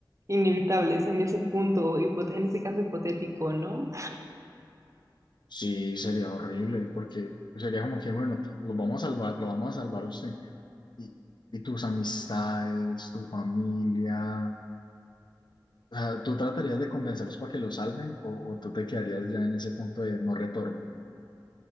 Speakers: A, on the right (about 40°); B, on the left (about 65°).
A: inevitables en ese punto, hipo- en ese caso hipotético, ¿no?
B: Sí, sería horrible, porque sería como que, bueno, te- los vamos a salvar, lo vamos a salvar a usted. Y, y tus amistades, tu familia, o sea, ¿tú tratarías de convencerlos para que lo salven o, o tú te quedarías ya en ese punto de no retorno?